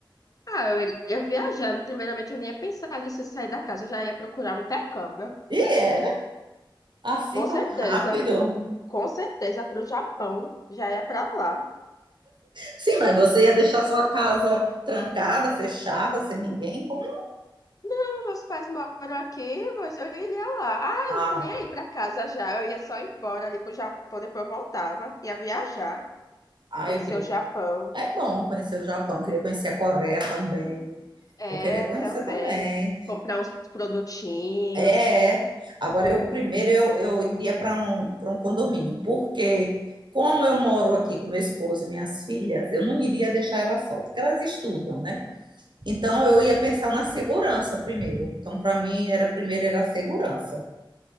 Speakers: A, on the left; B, on the right.
A: Ah, eu iria viajar. Primeiramente, eu nem ia pensar nisso, sair da casa, eu já ia procurar um intercâmbio.
B: E é, né? Assim
A: Com
B: tão
A: certeza,
B: rápido.
A: com certeza, para o Japão, já ia para lá.
B: Sim, mas você ia deixar sua casa trancada, fechada, sem ninguém? Como?
A: Não, meus pais moram aqui, mas eu iria lá. Ah,
B: Ah,
A: eu tô nem aí para casa já, eu ia só embora ali pro Japão, depois eu voltava, ia viajar,
B: ah,
A: conhecer
B: eu queria.
A: o Japão.
B: É bom conhecer o Japão, eu queria conhecer a Coreia também.
A: É,
B: Eu queria conhecer
A: também,
B: também.
A: comprar uns produtinhos.
B: É, é. Agora, eu primeiro eu, eu iria para um, para um condomínio, porque como eu moro aqui com meu esposo e minhas filhas, eu não iria deixar elas só, porque elas estudam, né? Então, eu ia pensar na segurança primeiro. Então, para mim, era primeiro era a segurança.